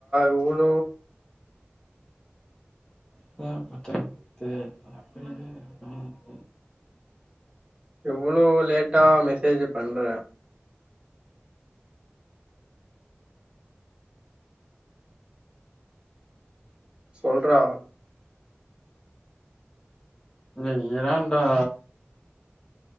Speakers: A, on the right; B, on the left.
A: இவ்ளோ
B: <unintelligible>
A: எவ்ளோ லேட்டா மெசேஜ் பண்ற சொல்ட்றா
B: இல்ல இரேண்டா